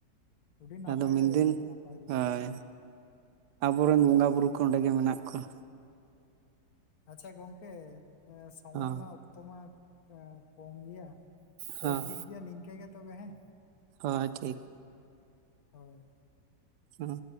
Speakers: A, on the left (about 60°); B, on the right (about 75°).
A: ᱟᱹᱰᱤ ᱱᱟᱯᱟᱭ
B: ᱟᱫᱚ ᱢᱤᱫᱫᱤᱱ
A: ᱡᱟᱭᱜᱟ ᱠᱟᱱᱟ ᱱᱟᱯᱟᱭ ᱡᱟᱭᱜᱟ
B: ᱦᱳᱭ᱾ ᱟᱵᱚᱨᱮᱱ ᱵᱚᱸᱜᱟ ᱵᱩᱨᱩ ᱠᱚ ᱚᱸᱰᱮᱜᱮ ᱢᱮᱱᱟᱜ ᱠᱚᱣᱟ᱾
A: ᱟᱪᱷᱟ ᱜᱚᱢᱠᱮ ᱥᱚᱢᱚᱭ
B: ᱦᱚᱸ
A: ᱢᱟ᱾ ᱛᱚ ᱢᱟ ᱠᱚᱢ ᱜᱮᱭᱟ ᱛᱚᱵᱮ
B: ᱦᱚᱸ
A: ᱴᱷᱤᱠ ᱜᱮᱭᱟ ᱱᱤᱝᱠᱟᱹ ᱜᱮ ᱛᱚᱵᱮ ᱦᱮᱸ᱾
B: ᱦᱚᱸ ᱴᱷᱤᱠ᱾
A: ᱦᱳᱭ᱾
B: ᱦᱩᱸ ᱾